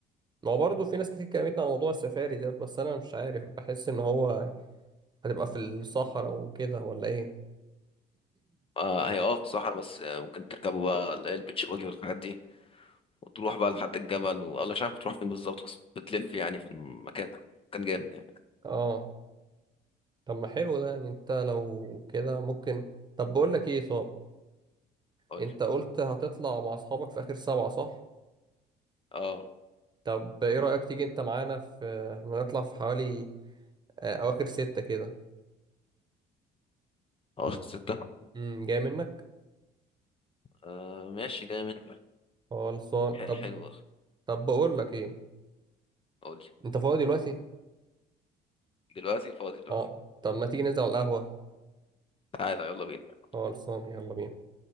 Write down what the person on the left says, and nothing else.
آه هي اه في الصحراء بس آه، ممكن تركبوا بقى اللي هي البيتش باجي والحاجات دي وتروح بقى لحد الجبل والله مش عارف بتروح فين بالظبط بس بتلف يعني في المكان كان جامد يعني
قول
لي
اه
اه ستة
آه ماشي جامد
ح- حلوة
قول لي
دلوقتي فاضي دلوقتي
تعالى يلا بينا